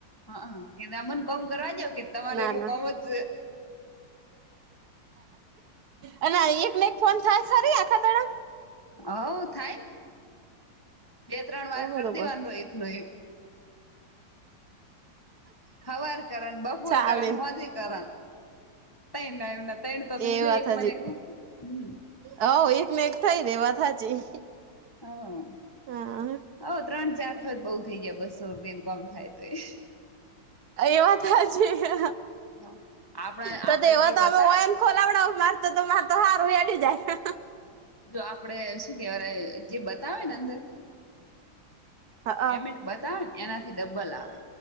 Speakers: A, on the left; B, on the right.
A: હા કે આમન કોમ કરાવજો કે તમારે
B: ના
A: એટલું
B: ના
A: કોમ જ
B: અને એકને એક ફોન થાય ખરી આખા ત.
A: હ થાયન. બે ત્રણ
B: તો
A: વાર
B: બરોબર
A: કરી દેવાનો એક નો એક. હ હવાર કરન બપૂર
B: ચાલે
A: કરન હોજે કર. તૈ એમ તૈ તો તો
B: એ
A: હે
B: વાત
A: એક મને
B: હજી
A: હમ્મ. <unintelligible>
B: હ એકને એક થઈ રે વાત સાચી.
A: હ.
B: હા.
A: હ ત્રણ ચાર થો જ બઉુ થઈ જાય બસો રૂપિયાનું કામ થાય તો એ.
B: એ વાત સાચી છે
A: આપણા
B: તદ
A: આપડે
B: વા
A: જે
B: તમે
A: બતાવે
B: વ <unintelligible> ખોલાવડ માર તો તો માર તો હારું એડી જાય.
A: જો આપડે શું કેહેવા જે બતાવે ને અંદર
B: હ
A: પેમેન્ટ બતાવે ને એનાથી ડબ્બલ આવે.